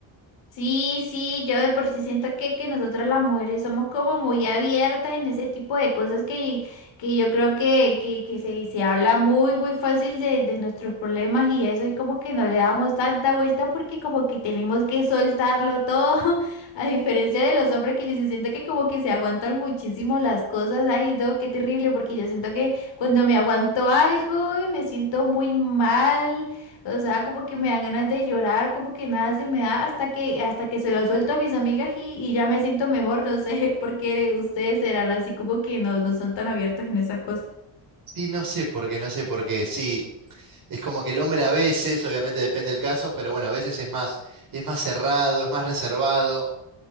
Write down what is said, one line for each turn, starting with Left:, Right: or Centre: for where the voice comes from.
Left: Sí, sí, yo de por sí siento que, que nosotras las mujeres somos como muy abiertas en ese tipo de cosas que, que yo creo que, que, que se, se habla muy, muy fácil de, de nuestros problemas y eso es como que no le damos tanta vuelta porque como que tenemos que soltarlo todo, <laughs> a diferencia de los hombres que yo sí siento que como que se aguantan muchísimo las cosas, ay, no, qué terrible, porque yo siento que cuando me aguanto algo me siento muy mal o sea, como que me dan ganas de llorar, como que nada se me da hasta que hasta que se lo suelto a mis amigas y, y ya me siento mejor, no sé, <laughs> porque ustedes serán así como que no, no son tan abiertos en esas cosas.
Right: Sí, no sé por qué, no sé por qué. Sí, es como que el hombre a veces, obviamente depende del caso, pero bueno, a veces es más, es más cerrado, es más reservado.